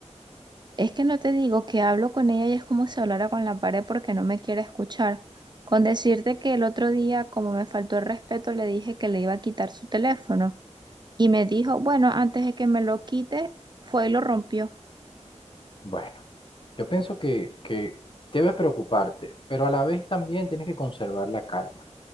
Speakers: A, on the right (about 35°); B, on the left (about 45°).
A: Es que no te digo que hablo con ella y es como si hablara con la pared porque no me quiere escuchar. Con decirte que el otro día, como me faltó el respeto, le dije que le iba a quitar su teléfono y me dijo, bueno, antes de que me lo quite, fue y lo rompió.
B: Bueno. Yo pienso que, que debes preocuparte, pero a la vez también tienes que conservar la calma,